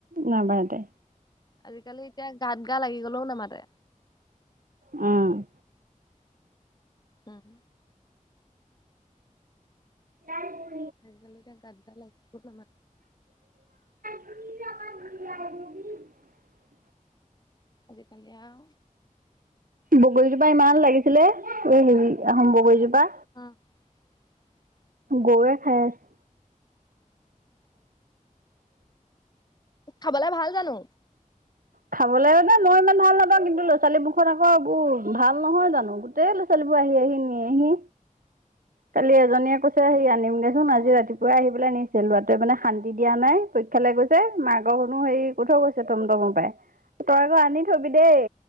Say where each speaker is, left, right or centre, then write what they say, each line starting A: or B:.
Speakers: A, on the right (about 85°); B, on the left (about 30°).
A: নামাতে।
B: আজিকালি এতিয়া গাত গা লাগি গলেও নামাতে।
A: অ'।
B: উম।
A: <inaudible>
B: আজিকালি এতিয়া গাত গা লাগিবও নামাতে।
A: <unintelligible>
B: আজিকালি আও
A: বগৰীজোপা ইমান লাগিছিলে, এই হেৰি আহোম বগৰীজোপা।
B: <unintelligible>
A: গৰুৱে খাই আছে।
B: খাবলে ভাল জানো?
A: খাবলে মানে মই ইমান ভাল নাপাওঁ কিন্তু ল'ৰা ছোৱালী মুখত আকৌ এইবোৰ ভাল নহয় জানো গোটেই ল‌ ছোৱালী আহি আহি নিয়েহি কালি এজনীয়ে কৈছে আহি আনিম। দে চোন
B: অ',
A: আজি ৰাতিপুৱাই আহি পেলাই নি ছে লৰাটোৱে মানে শান্তি দিয়া নাই পৰীক্ষালৈ গৈছে, মাকক হেনো হেৰি কৈ থৈ গৈছে <unintelligible> তই আকৌ আনি থবি দেই।